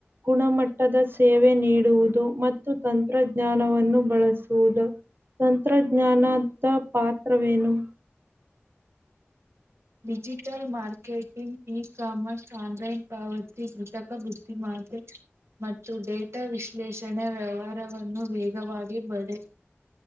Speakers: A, on the right (about 55°); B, on the right (about 80°).
A: ಗುಣಮಟ್ಟದ ಸೇವೆ ನೀಡುವುದು ಮತ್ತು ತಂತ್ರಜ್ಞಾನವನ್ನು ಬಳಸುವುದು. <inaudible> ತಂತ್ರಜ್ಞಾನತಾ ಪಾತ್ರವೇನು? <inaudible>
B: Digital marketing e commerce online ಪಾವತಿ ಕೃತಕ ಬುದ್ಧಿಮಾತೆ <inaudible> <unintelligible> ಮತ್ತು ಡೇಟಾ ವಿಶ್ಲೇಷಣೆ ವ್ಯವಹಾರವನ್ನು ವೇಗವಾಗಿ ಬಳೆ <inaudible>